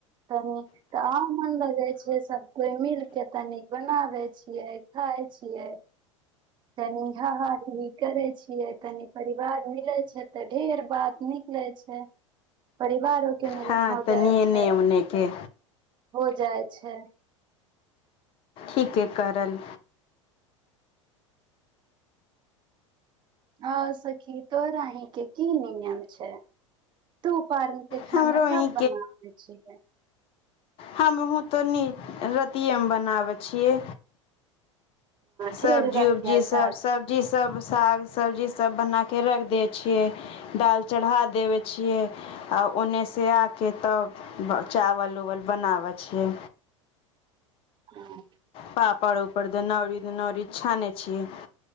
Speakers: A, on the right; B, on the left.
A: तनी तऽ आ मन लगै छै सब कोइ मिल के तनी बनाबै छियै खाय छियै तनि हा हीही करै छियै तनि परिवार मिलै छै तऽ ढेर बात निकले छै परिवार मेहनत
B: हँ
A: हो
B: तनिये
A: जाइ
B: एने
A: छै
B: ओने के
A: हो जाइ छै
B: ठीके करल
A: हँ सखी तोरा अहीं के की नियम छै तू पारन खाना
B: हमरो अहीं
A: कब बनाबै छै
B: हमहुं तनि रतिएमे बनाबै छियै
A: ढेर
B: सब्जी
A: रतिया
B: उब्जी सब
A: चार
B: सब्जी सब साग सब्जी सब बनाके रखि दैत छियै दाल चढ़ा देबै छियै आ ओन्नेसँ आके तब चावल उवल बनाबैत छियै
A: हँ
B: पापड़ उपर दनवरी उनवरी छ ने छियै